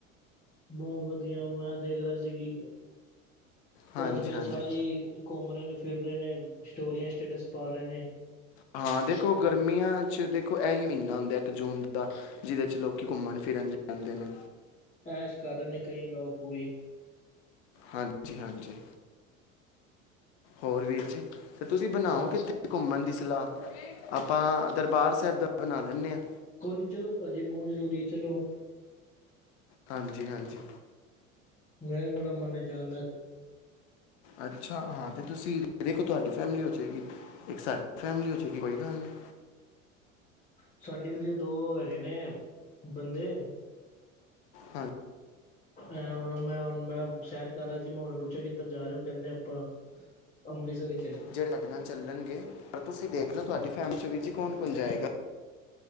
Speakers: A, on the left; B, on the left.
A: ਬਹੁਤ ਵਧੀਆ ਮੈਂ ਦੇਖ ਰਿਹਾ ਸੀ ਕਿ
B: ਹਾਂਜੀ
A: ਤੇ ਅੱਜ ਕੱਲ੍ਹ
B: ਹਾਂਜੀ
A: ਸਾਰੇ ਘੁੰਮ ਰਹੇ ਨੇ ਫਿਰ ਰਹੇ ਨੇ। ਸਟੋਰੀਆਂ ਸਟੇਟਸ ਪਾ ਰਹੇ ਨੇ
B: ਹਾਂ ਦੇਖੋ ਗਰਮੀਆਂ 'ਚ ਦੇਖੋ ਇਹੀ ਮਹੀਨਾ ਹੁੰਦਾ ਇੱਕ ਜੂਨ ਦਾ ਜਿਹਦੇ ਚ ਲੋਕ ਘੁੰਮਣ ਫਿਰਨ ਜਾਂਦੇ ਨੇ।
A: ਐਸ਼ ਕਰ ਰਹੇ ਨੇ ਕਈ ਲੋਕ ਪੂਰੀ
B: ਹਾਂਜੀ-ਹਾਂਜੀ ਹੋਰ ਵੀਰ ਜੀ। ਤੇ ਤੁਸੀਂ ਬਣਾਓ
A: ਸਾ
B: ਕਿੱਥੇ ਘੁੰਮਣ ਦੀ ਸਲਾਹ ਆਪਾਂ ਦਰਬਾਰ ਸਾਹਿਬ ਦਾ ਬਣਾ ਲੈਂਦੇ ਹਾਂ।
A: ਕੋਈ ਨਈ, ਚਲੋ ਭਾਜੀ ਬਹੁਤ ਜ਼ਰੂਰੀ ਹੈ ਚਲੋ,
B: ਹਾਂਜੀ-ਹਾਂਜੀ
A: ਮੇਰਾ ਵੀ ਬੜਾ ਮੰਨ ਏ ਜਾਣ ਦਾ।
B: ਅੱਛਾ ਹਾਂ ਤੇ ਤੁਸੀਂ ਦੇਖੋ ਤੁਹਾਡੀ ਫੈਮਲੀ ਹੋ ਜਾਏਗੀ ਇੱਕ ਸਾਡੀ ਫੈਮਿਲੀ ਹੋ ਜਾਏਗੀ ਕੋਈ ਗੱਲ ਨਹੀਂ। <inaudible>
A: ਸਾਡੀੇ ਗਲੀ ਦੋ ਹੈਗੇ ਨੇ ਬੰਦੇ
B: ਹਾਂਜੀ
A: ਹੁਣ ਮੈਂ- ਹੁਣ ਮੈਂ ਸੈਰ ਕਰ ਰਿਹਾ ਸੀ ਮੈਂ ਉਹਨੂੰ ਪੁੱਛਿਆ ਕਿੱਧਰ ਜਾ ਰਹੇ ਹੋ ਕਹਿੰਦੇ ਆਪਾਂ ਅੰਮ੍ਰਿਤਸਰ ਈ।
B: ਜਿਹੜੇ ਸਾਡੇ ਨਾਲ ਚੱਲਣਗੇ ਪਰ ਤੁਸੀਂ ਦੇਖ ਲਓ ਤੁਹਾਡੀ ਫੈਮਿਲੀ -ਚ ਵੀਰ ਜੀ ਕੌਣ-ਕੌਣ ਜਾਏਗਾ।